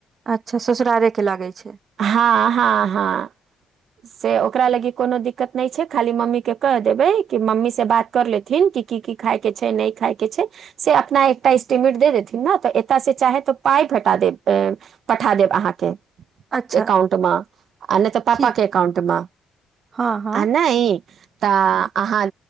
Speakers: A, on the right (about 50°); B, on the right (about 65°).
A: अच्छा ससुरारेके लागै छै
B: हँ हँ हँ से ओकरा लागी कोनो दिक्कत नहि छै खाली मम्मी के कहि देबै कि मम्मी से बात कर लेथिन कि की की खाय के छै नहि खाय के छै से अपना एकटा स्स्टीमेट दे देथिन न तऽ एत से चाहे तऽ पाइ फेटा दे अ पठा देब अहाँक
A: अच्छा
B: एकाउंटमे, आ नहि तऽ
A: ठीक
B: पा अकाउंट मे
A: हँ हँ
B: आ नै तऽ आहाँ